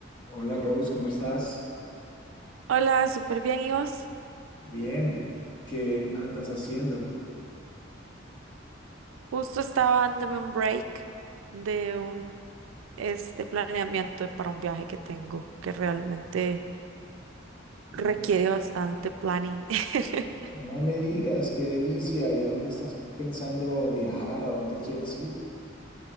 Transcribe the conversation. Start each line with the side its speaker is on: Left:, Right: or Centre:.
Left: Hola Rose, ¿cómo estás?
Right: Hola, súper bien, ¿y vos?
Left: Bien, ¿qué andas haciendo?
Right: Justo estaba dándome un break de un este planeamiento para un viaje que tengo, que realmente requiere
Left: No me,
Right: bastante planning. <laughs>
Left: no me digas, qué delicia, ¿y a dónde estás pensando viajar? ¿A dónde quieres ir?